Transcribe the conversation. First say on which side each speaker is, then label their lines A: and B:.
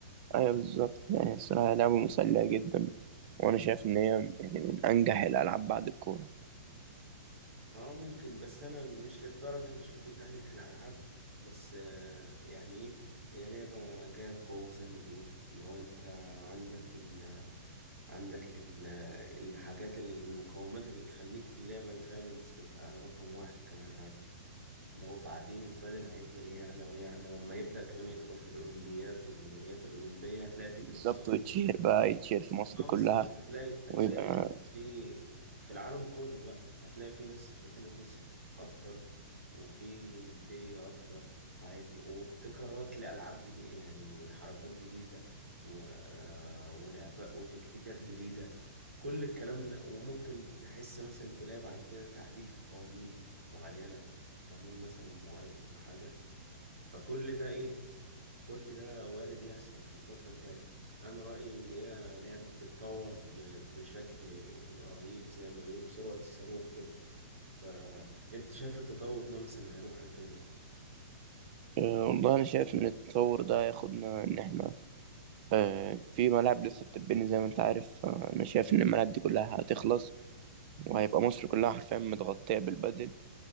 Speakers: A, on the right; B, on the right.
A: ايوه بالظبط يعني الصراحه لعبه مسليه جدا وانا شايف ان هي يعني من انجح الالعاب بعد الكوره
B: اه ممكن بس انا مش للدرجه مش فكره انجح الالعاب بس آه يعني ايه هي لعبه جايه بقوه زي ما بيقول ان هو انت عندك ال عندك ال الحاجات المقومات اللي تخليك اللعبه دي فعلا تبقى رقم واحد كمان عادي لو بعدين البدل هيفضل يعلى ويعلى وما يبدا كمان يدخل في الاولمبيات والميداليات الاولمبيه هتلاقي في تنافس
A: بالظبط
B: اكبر
A: وتشير بقى يتشير في مصر
B: اه بالظبط
A: كلها
B: هتلاقي هتلاقي
A: ويبقى
B: في في العالم كله بقى هتلاقي في ناس في تنافس اكتر وفي ندية اكتر وهيت- وابتكارات لألعاب جديدة يعني لحركات جديدة و... ولعبة وتكتيكات جديدة كل الكلام ده وممكن تحس مثلا تلاقي بعد كده تعديل في قوانين معينة قانون مثلا معين أو حاجة فكل ده ايه كل ده وارد يحصل في الفترة الجاية أنا رأيي إن هي لعبة بتتطور ب- بشكل رهيب زي ما بيقولوا بسرعة الصاروخ كده فأنت شايف التطور ده مثلا هيروح على فين بقى؟
A: آه، والله انا شايف ان التطور ده ياخدنا ان احنا آه، في ملاعب لسه بتتبني زي ما انت عارف آه، انا شايف ان الملاعب دي كلها هتخلص وهيبقى مصر كلها حرفيا متغطيه بالبدل